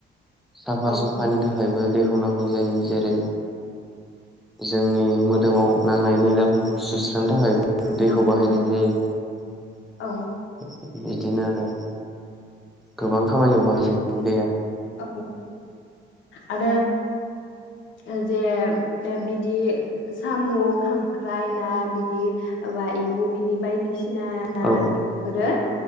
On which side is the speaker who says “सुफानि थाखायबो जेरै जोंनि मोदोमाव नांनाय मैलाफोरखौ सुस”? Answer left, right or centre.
Centre